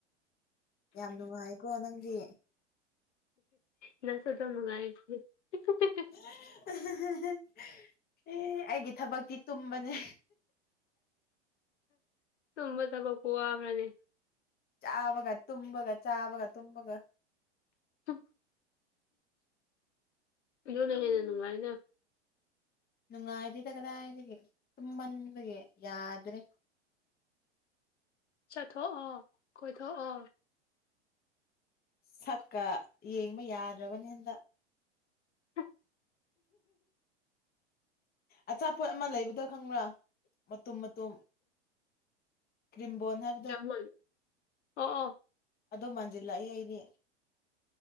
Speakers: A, on the left; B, on the left.
A: ꯌꯥꯝ ꯅꯨꯡꯉꯥꯏꯀꯣ ꯅꯪꯗꯤ
B: ꯅꯪꯁꯨ ꯑꯗꯨꯝ ꯅꯨꯉꯥꯏ <unintelligible>
A: <unintelligible> ꯑꯦ ꯑꯩꯒꯤ ꯊꯕꯛꯇꯤ ꯇꯨꯝꯕꯅꯦ
B: ꯇꯨꯝꯕ <unintelligible>
A: ꯆꯥꯕꯒ ꯇꯨꯝꯕꯒ ꯆꯥꯕꯒ ꯇꯨꯝꯕꯒ
B: ꯍ ꯕꯤꯗꯤꯌꯣꯅ
A: ꯎꯝ
B: ꯍꯦꯟꯅ ꯅꯨꯡꯉꯥꯏꯅ
A: ꯅꯨꯡꯉꯥꯏꯇꯦꯗ ꯀꯗꯥꯏꯗꯒꯤ ꯇꯨꯝꯃꯟꯕꯒꯤ ꯌꯥꯗ꯭ꯔꯦ
B: ꯆꯠꯊꯣꯛꯑꯣ ꯀꯣꯏꯊꯣꯛꯑꯣ
A: ꯁꯛꯀ ꯌꯦꯡꯕ ꯌꯥꯗ꯭ꯔꯕꯅꯤ ꯍꯟꯇꯛ
B: <unintelligible>
A: ꯑꯆꯥꯄꯣꯠ ꯑꯃ ꯂꯩꯕꯗꯣ ꯈꯪꯕ꯭ꯔꯥ ꯃꯇꯨꯝ ꯃꯇꯨꯝ ꯀ꯭ꯔꯤꯝꯕꯣꯟ <unintelligible>
B: ꯆꯥꯃꯨꯟ ꯑꯣ ꯑꯣ
A: ꯑꯗꯣ ꯃꯥꯟꯖꯤꯜꯂꯛꯏ ꯑꯩꯗꯤ